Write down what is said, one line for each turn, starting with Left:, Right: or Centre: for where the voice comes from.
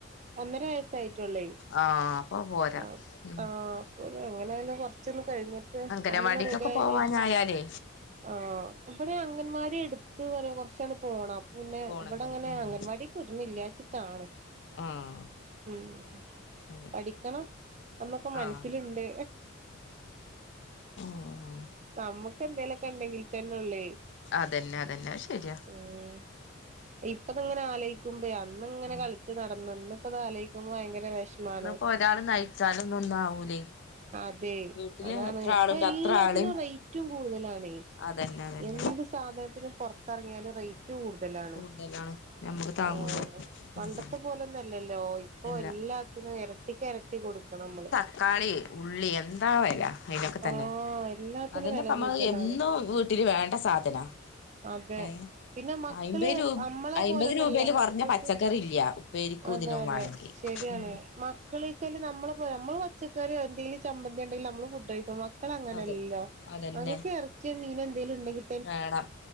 Right: ഒന്നര വയസ്സായിട്ടുള്ളേ
Left: ആഹ് അപ്പൊ പോരാ
Right: ആഹ്
Left: ഉം
Right: ആഹ് അപ്പ ഒരു എങ്ങനെ ആയാലും കുറച്ചൊന്ന് കഴിഞ്ഞി ട്ട്,
Left: അങ്കനവാടിക്കൊക്കെ
Right: ഓനൊന്നു റെഡി ആയനേഷം
Left: പോവാനായാലേ
Right: ആഹ് അപ്പൊഴേ അങ്കൻവാടി അടുത്ത് കുറച്ചട് പോണം പിന്നെ
Left: പോണത്
Right: ഇവിടെ അങ്ങനെ
Left: ഉം
Right: അംഗൻവാടി ക്ട്ട്ണ്‌ല്ലാച്ചിട്ടാണ്..
Left: ആഹ്
Right: ഉം
Left: അതെ
Right: പഠിക്കണം. എന്നന്നൊക്കെ മനസ്സിലുണ്ട്.
Left: ആഹ് ആഹ്
Right: നമ്മുക്ക് എന്തേലൊക്കെ ഉണ്ടെങ്കിൽ തന്നെ ഉള്ളേ
Left: അതന്നെ അതന്നെ അത്ശരിയാ
Right: ഉം ഇപ്പതങ്ങനെ ആലോയിക്കുമ്പോഴേ അന്നിങ്ങനെ
Left: ഉം
Right: കളിച്ച് നട ന്ന് ഇന്നിപ്പോ അതാലോയിക്കുമ്പോ ഭയങ്കര വെഷമാണ്.
Left: ഇന്നിപ്പോ ഒരാള് നയിച്ചാലൊന്നും ഒന്നും ആവൂലേ
Right: അതെ
Left: വീട്ടില്
Right: അതാണ്
Left: എത്ര
Right: ഇപ്പൊ
Left: ആളുണ്ട്
Right: എല്ലാത്തിനും
Left: അത്ര ആളെയും
Right: റൈ റ്റും കൂടുതലാണേ.
Left: അതന്നെ അതന്നെ
Right: എന്ത് സാധനത്തിനും പുറത്തിറങ്ങിയാലും റേയ് റ്റു കൂടുതലാണ്
Left: കൂടുതലാണ് ഞമ്മക്ക് താങ്ങൂല
Right: ഓഹ് പണ്ടത്
Left: ഉം
Right: ത്തെ പോലന്നല്ലല്ലോ ഇപ്പൊ
Left: അല്ല
Right: എല്ലാത്തിനും ഇരട്ടിക്ക് ഇരട്ടി കൊടുക്കണമ്മള്.
Left: ക്കാളി ഉള്ളി എന്താ വെലാ അയിനൊക്കെ തന്നെ
Right: ആഹ് എല്ലാത്തിനും
Left: അതിന്റെപ്പമ്മ
Right: വെല കൂടുതലാണ്
Left: എന്നും വീട്ടിൽ വേണ്ട സാധനാ
Right: അതെ
Left: ഏ
Right: പിന്നെ മക്കള്
Left: അയ്മ്പത് രൂപ
Right: അമ്മളെ
Left: അയ്മ്പത്
Right: പോലെന്നല്ല
Left: രൂപയില് കുറഞ്ഞ
Right: മക്കൾക്ക്
Left: പച്ചക്കറി ഇല്ല ഉപ്പേരിക്കും
Right: അതെ
Left: ഇതിനും
Right: അതെ..
Left: വാണെങ്കി
Right: ശരിയാണ്
Left: ഉം
Right: മക്കള് ള് നമ്മള നമ്മൾ പച്ചക്കറിയോന്തങ്കിലും ചമ്പന്തി ഉണ്ടെങ്കിൽ നമ്മള് ഫുഡഴിക്കും. മക് മക്കളങ്ങനല്ലല്ലോ
Left: അതെ അതന്നെ
Right: അങ്ങക്ക് ഇറച്ചിയോ മീനോ എന്തേലും ഉണ്ടെങ്കി
Left: വേണം